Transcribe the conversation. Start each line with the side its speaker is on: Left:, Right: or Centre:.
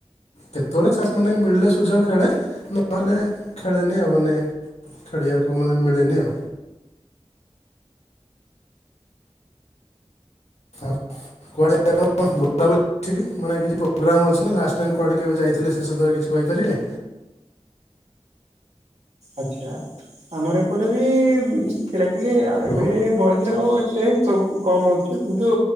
Left: କେତେବେଳେ ଚାଷ ମାନେ ମିଳିଲେ ସୁଯୋଗ ଖେଳେ। ନହେଲେ ଖେଳେନି ଆଉ। ମାନେ ଖେଳିବାକୁ ମାନେ ମିଳେନି ଆଉ। ଆଉ କୁଆଡ଼େ <unintelligible> ବୁଲାବୁଲି ଅଛିକି। ମାନେ କିଛି ପ୍ରୋଗ୍ରାମ୍ ଅଛି ନା, ଲାଷ୍ଟ ଟାଇମ୍ କୁଆଡ଼େ କେବେ ଯାଇଥିଲେ ଶେଷ ଥର କିଛି କହିପାରିବେ?
Right: ଆଚ୍ଛା ଆମର ଏପଟେ ବି ଉଁ ଖେଳେ। ଥିଲି ଆ,
Left: ହ୍ୟାଲୋ
Right: ଏବେ ବୟସରେ ଆଉ ଏ ସେ ସବୁ କମ ହଉଚ କିନ୍ତୁ